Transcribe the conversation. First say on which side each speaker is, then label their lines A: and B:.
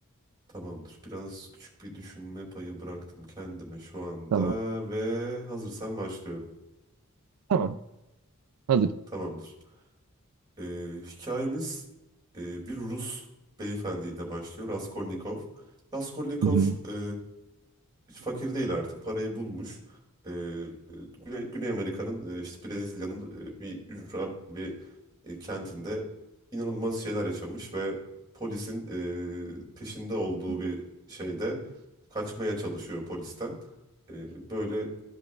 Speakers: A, on the right (about 20°); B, on the right (about 85°).
A: Tamamdır. Biraz küçük bir düşünme payı bıraktım kendime şu anda
B: Tamam.
A: ve hazırsan başlıyorum.
B: Tamam. Hazır.
A: Tamamdır. Ee, hikayemiz e, bir Rus beyefendiyle başlıyor. Raskolnikov. Raskolnikov
B: Hı hı.
A: e, hiç fakir değil artık. Parayı bulmuş. E, Güney, Güney Amerika'nın e, işte Brezilya'nın e, bir ücra bir e, kentinde inanılmaz şeyler yaşamış ve polisin e, peşinde olduğu
B: <laughs>
A: bir şeyde kaçmaya çalışıyor polisten. E, böyle